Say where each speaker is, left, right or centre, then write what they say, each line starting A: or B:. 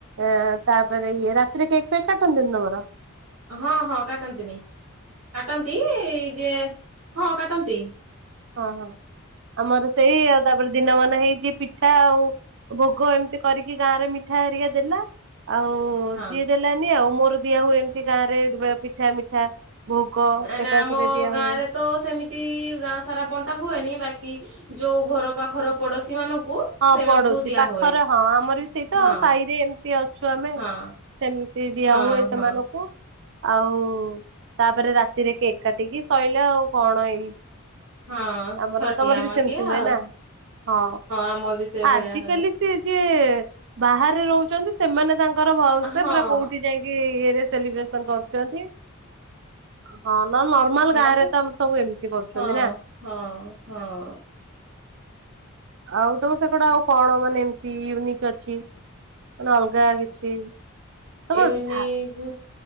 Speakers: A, on the right; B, on the right.
A: ଆ ତାପରେ ଇଏ ରାତିରେ କେକ୍ ଫେକ୍ କାଟନ୍ତିନି ତମର?
B: ହଁହଁ କାଟନ୍ତିନି କାଟନ୍ତି ଯେ ହଁ କା ଟନ୍ତି।
A: ହଁ, ହଁ ଆମର ସେଇ ଆଉ ତାପରେ ଦିନ ମାନ ହେଇଛି ପିଠା ଆଉ ଭୋଗ ଏମ୍ତି କରିକି ଗାଁ ରେ ମିଠା ହେରିକା ଦେଲା। ଆଉ
B: ହଁ।
A: ଯିଏ ଦେଲାନି ଆଉ ମୋର ଦିଆ ହୁଏ ଏମ୍ତି ଗାଁରେ ପିଠା ମିଠା। ଭୋଗ
B: ଆନା
A: ଏକାଥରେ
B: ଆମ
A: ଦିଆ
B: ଗାଁ
A: ହୁଏ
B: ରେ ତୋ ସେମିତି ଗାଁ ସାରା ବଣ୍ ହୁଏନି ବାକି ଯୋଉ ଘର ପାଖର ପଡୋଶୀ ମାନଙ୍କୁ
A: ହଁ
B: ସେଇମାନଙ୍କୁ
A: ପଡୋଶୀ
B: ଦିଆ
A: ପାଖରେ
B: ହୁଏ
A: ହଁ ଆମର ବି ସେଇ ତ
B: ହଁ
A: ସାଇରେ ଏମତି ଅଛୁ ଆମେ।
B: ହଁ।
A: ସେମ୍ତି ଦିଆ
B: ହଁ
A: ହୁଏ ସେମାନଙ୍କୁ।
B: ହଁ
A: ଆଉ ତାପରେ ରାତିରେ କେକ୍ କାଟିକି ଶଇଲା ଆଉ କଣ ଏଇ
B: ହଁ
A: ଆମର
B: ଛଟିଆ
A: ତମର ବି
B: ମଟିଆ
A: ସେମିତି ହୁଏ
B: ଆଉ
A: ନା? ହଁ
B: ଆମର ବି ସେଇଭଳିଆ
A: ଆଜିିକାଲି
B: ହୁଏ।
A: ସେ ଯେ ବାହାରେ ରହୁଛନ୍ତି ସେମାନେ ତାଙ୍କର ଭଲ୍
B: ହଁ
A: ସେ ପୁରା କୋଉଠି ଯାଇକି ଇଏରେ ସେଲିବ୍ରେସନ କରୁ ଚନ୍ତି ହଁ ନ ନର୍ମାଲ
B: ଆମ
A: ଗାଁରେ
B: ସ
A: ତ ଆମର ସବୁ ଏମିତି କରୁଛନ୍ତି
B: ହଁ
A: ନା।
B: ହଁ, ହଁ।
A: ଆଉ ତମ ସେକଡେ ଆଉ କଣ ମାନେ ଏମ ୟୁନିକ୍ ଅଛି ମାନେ ଅଲଗା କିଛି। ତମ
B: ୟୁନିକ୍
A: ଠା